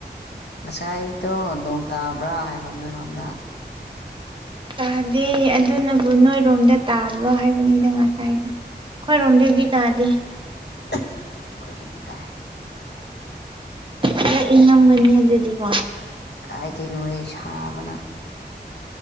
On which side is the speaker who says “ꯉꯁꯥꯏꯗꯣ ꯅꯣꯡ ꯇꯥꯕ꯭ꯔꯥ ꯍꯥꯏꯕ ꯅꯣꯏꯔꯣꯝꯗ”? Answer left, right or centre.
Left